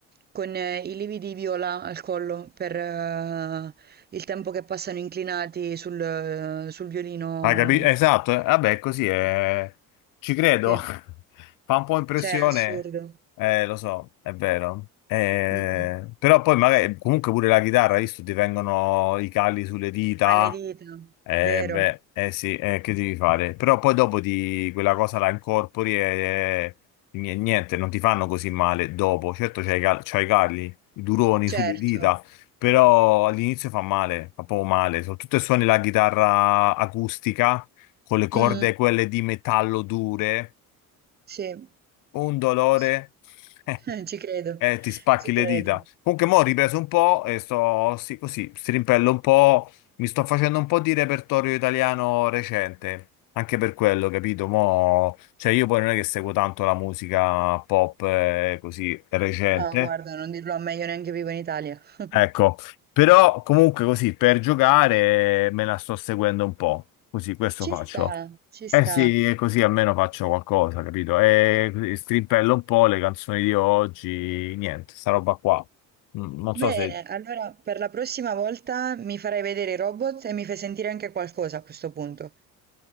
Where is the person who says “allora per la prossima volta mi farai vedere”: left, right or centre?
Right